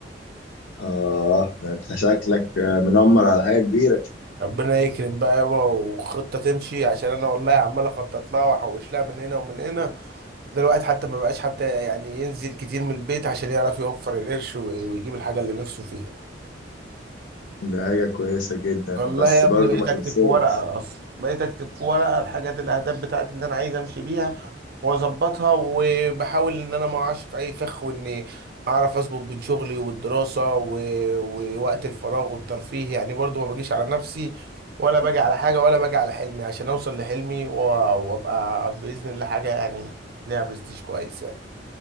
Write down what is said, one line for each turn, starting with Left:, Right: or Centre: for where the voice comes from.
Left: اه ده انت شكلك آه، منمر على حاجة كبيرة
Right: ربنا يكرم بقى يابا وخطه تمشي عشان انا والله عمال اخطط لها واحوش لها من هنا ومن هنا ده الواحد حتى ما بقاش حتى يعني ينزل كتير من البيت عشان يعرف يوفر القرش و- ويجيب الحاجه اللي نفسه فيها
Left: دي حاجة كويسة جدا
Right: والله
Left: بس
Right: يا ابني
Left: برضو
Right: بقيت
Left: ما تنساش
Right: اكتب في ورقه اصلا بقيت اكتب في ورقه الحاجات الاهداف بتاعتي اللي انا عايز امشي بيها واظبطها وبحاول ان انا ما اقعش في اي فخ واني اعرف اظبط بين شغلي والدراسه و... ووقت الفراغ والترفيه يعني برضو ما باجيش على نفسي ولا باجي على حاجه ولا باجي على حلمي عشان اوصل لحلمي و... وابقى باذن الله حاجه يعني ليها برستيج كويس يعني